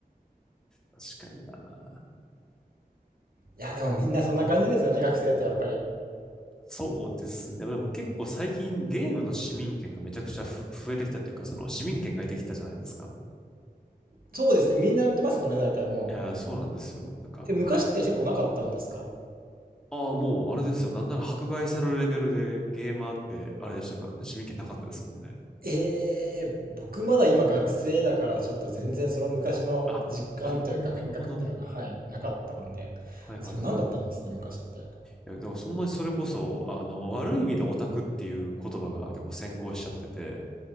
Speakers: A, in the centre; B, on the right.
A: 確かにな。
B: や、でもみんなそんな感じですよね、学生ってやっぱり。
A: そうですね。でも結構最近ゲームの市民権がめちゃくちゃふ増えてきたっていうか、その市民権が得てきたじゃないですか。
B: そうですね、みんなやってますもんね、大体もう。
A: いやー、そうなんですよ。なんか、むか
B: え、昔って結構なかったんですか
A: ああ、もう、あれですよ。なんなら迫害されるレベルでゲーマーって、あれでしたからね。市民権なかったですもんね。
B: えー、僕まだ今学生だからちょっと全然その昔の実感というか感覚ってのが、
A: あ、なるほど、なるほど。
B: はい、なかったんで、
A: はいはい。
B: そんなんだったんですね、
A: い
B: 昔って。
A: や、だからそんなにそれこそ、あの、悪い意味でオタクっていう言葉が結構先行しちゃってて、